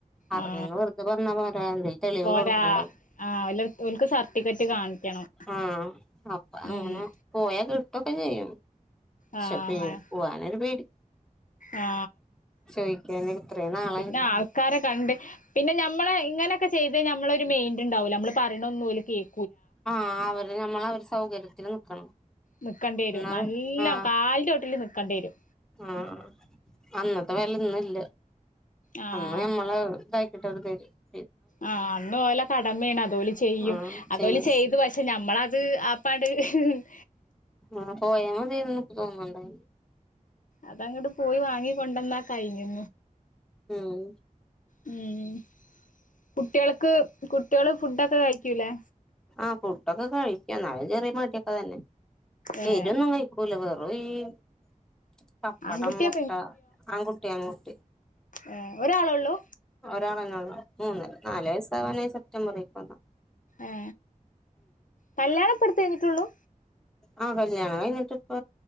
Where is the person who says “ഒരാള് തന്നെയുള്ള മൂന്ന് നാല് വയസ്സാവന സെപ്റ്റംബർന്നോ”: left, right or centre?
Centre